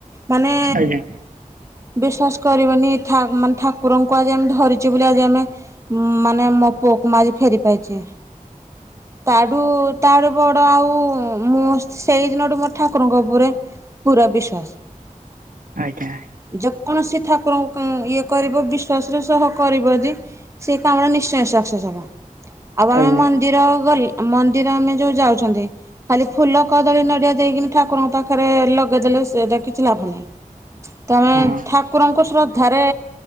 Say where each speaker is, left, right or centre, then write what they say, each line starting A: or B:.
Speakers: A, on the right (about 20°); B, on the right (about 80°).
A: ମାନେ
B: ଆଜ୍ଞା ଆଜ୍ଞା
A: ବିଶ୍ଵାସ କରିବନି ଠା ମାନେ ଠାକୁରଙ୍କୁ କୁ ଆଜି ଆମେ ଧରିଛୁ ବୋଲି ଆଜି ଆମେ ମାନେ ମୋ ପୁଅକୁ ମୁଁ ଆଜି ଫେରି ପାଇଚି। ତାଠୁ ତାଠୁ ବଡ ଆଉ ମୁଁ ସେଇ ଦିନଠୁ ମୋ ଠାକୁରଙ୍କ ଉପରେ। ପୁରା ବିଶ୍ଵାସ
B: ଆଜ୍ଞା ଆଜ୍ଞା
A: ଯେକୌଣସି ଠା ଠାକୁରଙ୍କୁ ଇଏ କରିବ ବିଶ୍ଵାସ ର ସହ କରିବ ଯଦି ସେ କାମ ଟା ନିଶ୍ଚୟ ସକ୍ସେସ୍ ହବ। ଆଉ ଆମେ
B: ଆଜ୍ଞା
A: ମନ୍ଦିର ଗଲ ମନ୍ଦିର ଆମେ ଯୋଉ ଯାଉଚନ୍ତି ଖାଲି ଫୁଲ କଦଳୀ ନଡିଆ ଦେଇକିନି ଠାକୁରଙ୍କ ପାଖରେ ଲ ପଗେଇଦେଲେ ସେଇଟା କିଛି ଲାଭ ନାହିଁ। ତମେ
B: ହଁ
A: ଠାକୁରଙ୍କ ଶ୍ରଦ୍ଧାରେ